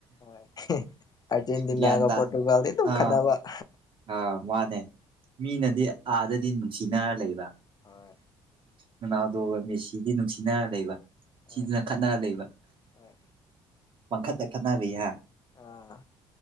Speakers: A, on the left; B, on the right.
A: ꯍꯣꯏ ꯑꯥꯔꯖꯦꯟꯇꯤꯅꯥꯒ
B: ꯒ꯭ꯌꯥꯟ ꯇꯥ
A: ꯄꯣꯔꯇꯨꯒꯥꯜꯗꯤ ꯑꯗꯨꯝ
B: ꯑꯥ
A: ꯈꯟꯅꯅꯕ
B: ꯑꯥ ꯃꯥꯅꯦ ꯃꯤꯅꯗꯤ ꯑꯥꯗꯗꯤ ꯅꯨꯡꯁꯤꯅꯔ ꯂꯩꯕ
A: ꯍꯣꯏ
B: ꯔꫭꯅꯥꯜꯗꯣ ꯃꯦꯁꯤꯗꯤ ꯅꯨꯡꯁꯤꯅꯔ ꯂꯩꯕ
A: ꯍꯣꯏ
B: ꯁꯤꯅ ꯈꯠꯅꯔ ꯂꯩꯕ
A: ꯍꯣꯏ
B: ꯄꯪꯈꯠꯇ ꯈꯠꯅꯔ ꯂꯩꯍꯥ
A: ꯑꯥ